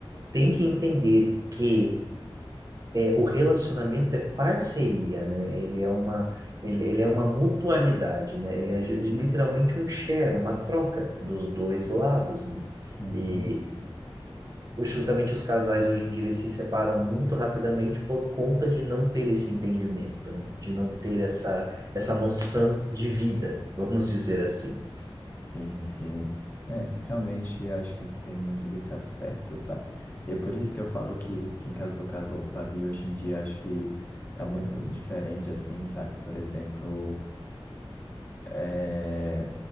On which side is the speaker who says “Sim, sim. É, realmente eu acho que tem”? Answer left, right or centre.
Left